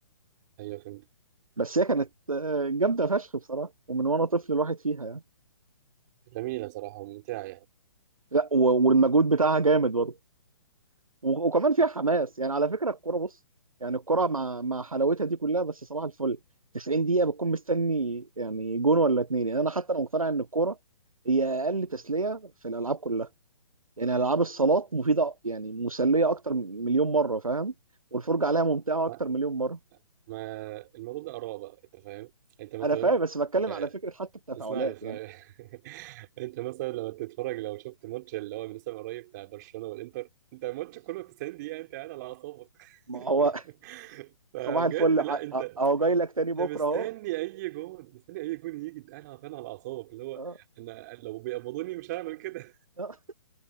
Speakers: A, on the right (about 35°); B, on the right (about 80°).
A: ايوه فهمت
B: بس هي كانت آه، جامدة فشخ بصراحة ومن وانا طفل الواحد فيها يعني
A: جميله صراحه وممتعه يعني
B: لا و- والمجهود بتاعها جامد برضه و- وكمان فيها حماس يعني على فكره الكوره بص يعني الكوره مع مع حلاوتها دي كلها بس صباح الفل 90 دقيقه بتكون مستني يعني جون ولا اتنين يعني انا حتى انا مقتنع ان الكوره هي اقل تسليه في الالعاب كلها يعني العاب الصالات مفيده يعني مسليه اكتر من مليون مره فاهم والفرجه عليها ممتعه اكتر
A: ما
B: مليون مره
A: ما الموضوع ده اراء بقى انت فاهم انت مثلا
B: انا فاهم بس بتكلم
A: آه،
B: على فكره حتى التفاعلات
A: اسمعني اسمعني
B: يعني
A: <laughs> انت مثلا لما تتفرج لو شفت ماتش اللي هو لسه قريب بتاع برشلونه والانتر انت الماتش كله 90 دقيقه انت قاعد على اعصابك
B: ما هو <laughs>
A: <laughs> فبجد
B: صباح الفل
A: لا
B: ع-
A: انت
B: اهو جاي لك تاني
A: انت
B: بكره
A: مستني
B: اهو
A: اي جون مستني اي جون يجي انت قاعد عارفان على اعصابك اللي هو
B: اه
A: انا لو بيقبضوني مش هعمل كده
B: آه.